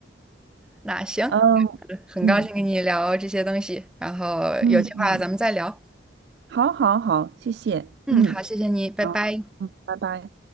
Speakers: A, in the centre; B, on the right.
A: 那行，
B: 嗯
A: 很高兴跟你聊这些东西，
B: 嗯
A: 然后有计划咱们再聊。
B: 嗯嗯，好好好，谢谢，
A: 嗯，
B: 嗯，
A: 好，谢谢你，拜拜。
B: 好，嗯，拜拜。